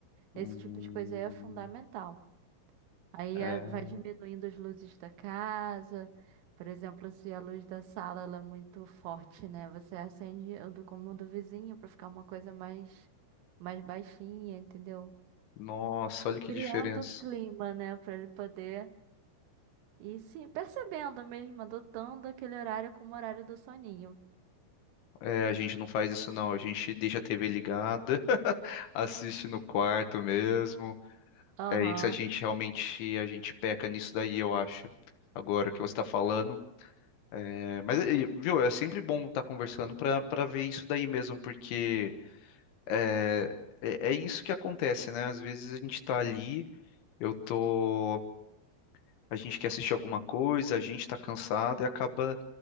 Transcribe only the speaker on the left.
Hum,
é.
Nossa, olha que
diferença.
É, a gente não faz isso não, a gente deixa a TV ligada, <laughs> assiste no quarto mesmo.
É isso, a gente realmente a gente peca nisso daí, eu acho. Agora que você está falando. É, mas, eh, viu, é sempre bom estar conversando para para ver isso daí mesmo, porque é, é, é isso que acontece, né? Às vezes a gente tá ali, eu tô. A gente quer assistir alguma coisa, a gente tá cansado e acaba